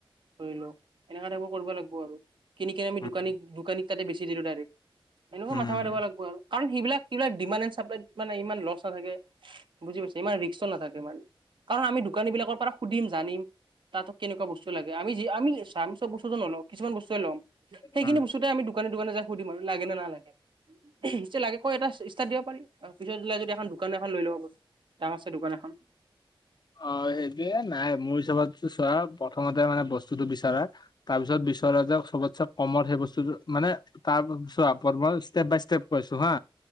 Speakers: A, on the right; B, on the left.
A: ধৰি লও এনেকা টাইপ কৰিব লাগিব আৰু। কিনি কিনে আমি
B: উম,
A: দোকানীক - দোকানী তাতে বেছি দিলো ডাইৰেক্ট এনেকুৱা
B: উম।
A: মাথা মাৰিব লাগিব আৰু। কাৰণ সেইবিলাক সিলাক চাপ্লাইত মান ইমান লছ নাথাকে বুজি পাইছে ইমান ৰিক্স নাথাকে ই। কাৰণ আমি দোকানী বিলাকৰ পৰা সুধিম জানিম, তাতো কেনেকুৱা বস্তু লাগে আমি যি আমি আমি চব বস্তু। টো নলওঁ কিছুমান বস্তুৱে লম, সেই
B: উম।
A: খিনি বস্তু আমি দোকান দোকান যাই সুধিম আৰু লাগে নে নালাগে। যদি লাগে কই এটা ষ্টাৰত দিব পাৰি আৰু পিছতলাই যদি এখন দোকান এখন লৈ ল'ব পাৰো। ডাঙৰছে দোকান এখন।
B: অ' সেইটোয়ে নাই মোৰ হিচাপতো চোৱা প্ৰথমতে মানে বস্তুতটো বিচাৰা- তাৰপিছত বিচৰা যে চবতচে কমত সেই বস্তুটো মানে- তাৰপিছত মই ষ্টেপ বাই ষ্টেপ কৈছো হা,